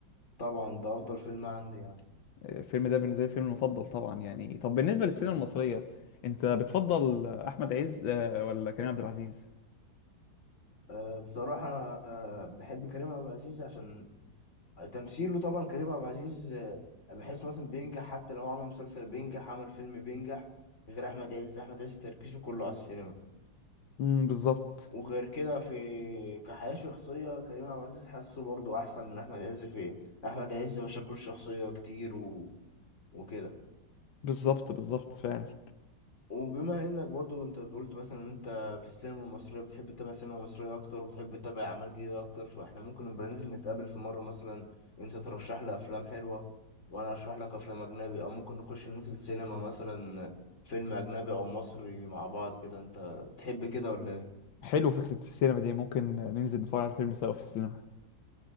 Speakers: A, on the left; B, on the left.
A: طبعا ده أفضل فيلم عندي يعني
B: الفيلم ده بالنسبه لي فيلم المفضل طبعا يعني طب بالنسبه للسينما
A: مم.
B: المصريه انت بتفضل احمد عز آه، ولا كريم عبد العزيز
A: أه بصراحة أنا أه بحب كريم عبد العزيز عشان تمثيله طبعا كريم عبد العزيز آه، بحس مثلا بينجح حتى لو عمل مسلسل بينجح عمل فيلم بينجح غير احمد عز احمد عز تركيزه كله على السينما
B: امم بالظبط
A: وغير كده في كحياة شخصية كريم عبد العزيز حاسه برضه أحسن من أحمد عز في إيه؟ أحمد عز مشاكله الشخصية كتير و... وكده
B: بالظبط بالظبط فعلا
A: وبما انك برضو انت قلت مثلا إن انت في السينما المصرية بتحب تتابع السينما المصرية اكتر وبتحب تتابع اعمال جديدة اكتر فاحنا ممكن نبقى ننزل نتقابل في مرة مثلا انت ترشح لي افلام حلوة وانا ارشح لك افلام اجنبي او ممكن نخش ننزل سينما مثلا فيلم اجنبي او مصري مع بعض كده انت تحب كده ولا ايه
B: حلو فكرة السينما دي ممكن ننزل نتفرج على الفيلم سوا في السينما